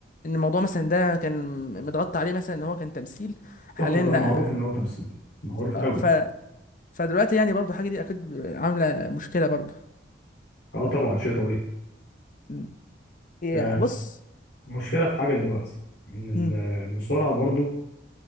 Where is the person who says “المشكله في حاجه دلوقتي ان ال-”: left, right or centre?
Left